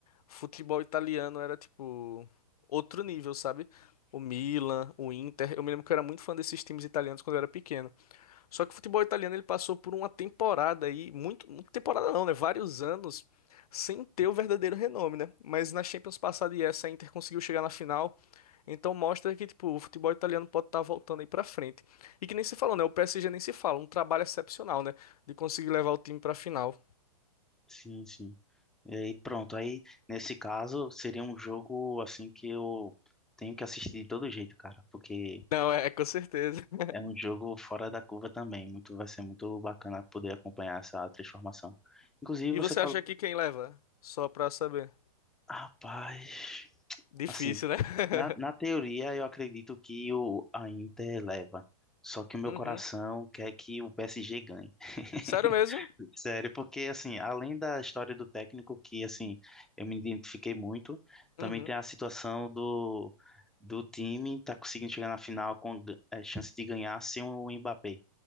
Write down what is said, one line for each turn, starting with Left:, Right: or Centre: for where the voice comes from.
Left: futebol italiano era, tipo, outro nível, sabe? O Milan, o Inter. Eu me lembro que eu era muito fã desses times italianos quando eu era pequeno. Só que o futebol italiano ele passou por uma temporada aí, muito, muito temporada não, né? Vários anos sem ter o verdadeiro renome, né? Mas na Champions passada e essa a Inter conseguiu chegar na final. Então mostra que tipo, o futebol italiano pode estar voltando aí pra frente. E que nem se falou, né? O PSG nem se fala, um trabalho excepcional, né? De conseguir levar o time pra final.
Centre: Sim, sim. E aí, pronto. Aí, nesse caso, seria um jogo assim que eu tenho que assistir de todo jeito, cara, porque
Left: Não, é, com certeza. <laughs>
Centre: é um jogo fora da curva também. Muito, vai ser muito bacana poder acompanhar essa transformação. Inclusive,
Left: E
Centre: você
Left: você
Centre: falou,
Left: acha que quem leva? Só pra saber.
Centre: rapaz,
Left: Difícil,
Centre: assim,
Left: né? <laughs>
Centre: na, na teoria eu acredito que o a Inter leva, só que o meu
Left: Uhum.
Centre: coração quer que o PSG ganhe. <laughs>
Left: Sério mesmo?
Centre: Sério, porque assim, além da história do técnico, que assim, eu me identifiquei muito, também
Left: Uhum.
Centre: tem a situação do, do time tá conseguindo chegar na final com é, chance de ganhar sem o Mbappé,